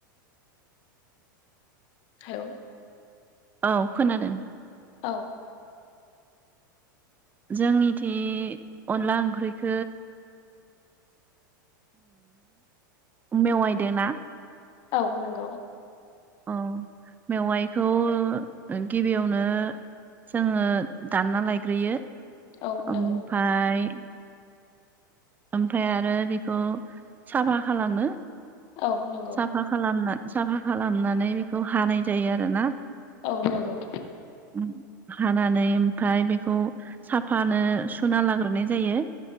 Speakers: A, on the left; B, on the right.
A: हेल
B: औ खोनादों
A: औ
B: जोंनिथि अनला ओंख्रिख मेवायदों ना
A: औ नंगौ
B: औ मेवाइखौ ओ गिबियावनो जोङो दानना लायग्रोयो
A: औ नंगौ
B: ओमफाय ओमफाय आरो बेखौ साफा खालामो
A: औ नंगौ
B: साफा खालामना साफा खालामनानै बेखौ हानाय जायो आरोना
A: औ नंगौ
B: <unintelligible> हानानै ओमफ्राय बेखौ साफानो सुना लाग्रोनाय जायो